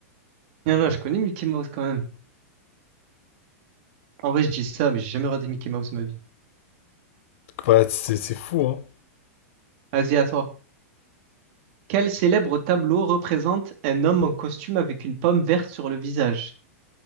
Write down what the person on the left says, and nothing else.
Ouais, c'est c'est fou, hein.